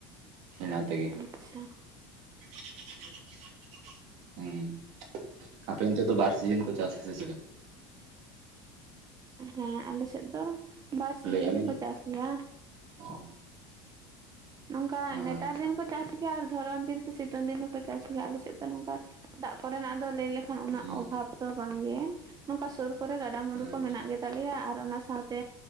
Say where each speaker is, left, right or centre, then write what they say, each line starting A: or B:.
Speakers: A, on the right; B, on the right.
A: ᱚᱱᱟ ᱛᱮᱜᱮ᱾
B: ᱟᱪᱪᱷᱟ᱾
A: <inaudible> ᱦᱩᱸ ᱟᱯᱮ ᱚᱱᱛᱮ ᱫᱚ ᱵᱟᱨ ᱥᱤᱡᱮᱱ ᱠᱚ ᱪᱟᱥᱟ ᱥᱮ ᱪᱮᱠᱟ?
B: ᱦᱮᱸ ᱟᱞᱮᱥᱮᱫ ᱫᱚ ᱵᱟᱨ ᱥᱤᱡᱤᱱ
A: ᱞᱟᱹᱭᱮᱜᱼᱟ ᱞᱤᱧ
B: ᱜᱮᱠᱚ ᱪᱟᱥ ᱜᱮᱭᱟ᱾
A: <unintelligible>
B: ᱱᱚᱝᱠᱟ
A: ᱟᱪᱪᱷᱟ
B: ᱱᱮᱛᱟᱨ ᱫᱤᱱ ᱠᱚ᱾ ᱪᱟᱥ ᱜᱮᱭᱟ ᱟᱨ ᱫᱷᱚᱨᱚᱱ ᱫᱤᱱ ᱥᱮ ᱥᱤᱛᱩᱝ ᱫᱤᱱ ᱦᱚᱸᱠᱚ ᱪᱟᱥ ᱜᱮᱭᱟ ᱟᱞᱮᱥᱮᱫ ᱫᱚ ᱱᱚᱝᱠᱟ ᱫᱟᱜ ᱠᱚᱨᱮᱱᱟᱜ ᱫᱚ ᱞᱟᱹᱭ ᱞᱮ ᱠᱷᱟᱱ ᱚᱱᱟ
A: ᱦᱩᱸ
B: ᱚᱵᱷᱟᱵᱽ ᱫᱚ ᱵᱟᱝᱜᱮ᱾ ᱱᱚᱝᱠᱟ ᱥᱳᱨ ᱠᱚᱨᱮ ᱜᱟᱰᱟ-ᱢᱩᱰᱩ ᱠᱚ
A: ᱟᱪᱪᱷᱟ
B: ᱢᱮᱱᱟᱜ ᱜᱮᱛᱟᱞᱮᱭᱟ ᱟᱨ ᱚᱱᱟ ᱥᱟᱶᱛᱮ᱾